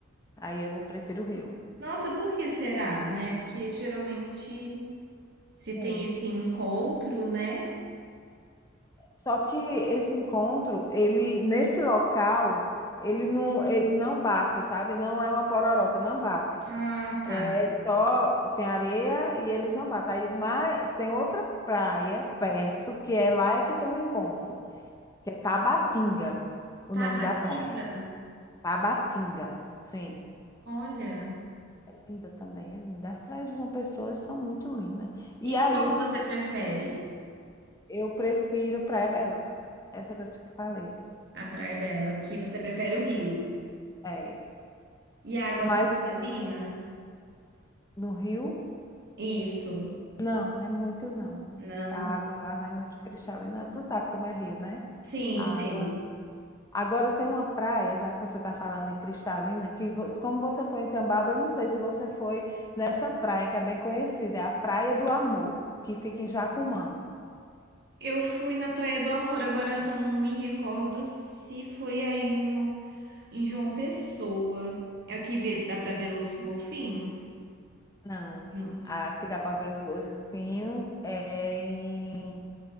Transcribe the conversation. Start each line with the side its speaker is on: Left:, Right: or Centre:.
Left: aí eu prefiro o Rio.
Right: Nossa, por que será, né? Porque geralmente se tem
Left: É.
Right: esse encontro, né?
Left: Só que esse encontro, ele nesse local, ele não, ele não bate, sabe? Não é uma pororoca, não bate.
Right: Ah, tá.
Left: É só tem areia e eles não batem. Aí, mas tem outra praia perto que é lá é que tem um encontro, que é Tabatinga, o
Right: Tabatinga?
Left: nome da praia. Tabatinga, sim.
Right: Olha.
Left: É linda também, é linda. As praias de João Pessoa são muito lindas. E
Right: E
Left: aí
Right: qual
Left: o
Right: que você prefere?
Left: eu prefiro Praia Bela, essa que eu te falei.
Right: A Praia Bela, que você prefere o rio.
Left: É.
Right: E a água
Left: Mas
Right: cristalina?
Left: no Rio,
Right: Isso.
Left: não, não é muito, não.
Right: Não.
Left: A água lá não é muito cristalina. Tu sabe como é Rio, né?
Right: Sim,
Left: A
Right: sei.
Left: água. Agora tem uma praia, já que você está falando em cristalina, que vo- como você foi em Tambaba, eu não sei se você foi nessa praia que é bem conhecida, é a Praia do Amor, que fica em Jacumã.
Right: Eu fui na Praia do Amor, agora eu só não me recordo se foi aí no. Em João Pessoa. É o que vê, dá pra ver os golfinhos?
Left: Não.
Right: Não.
Left: A que dá para ver os golfinhos é em,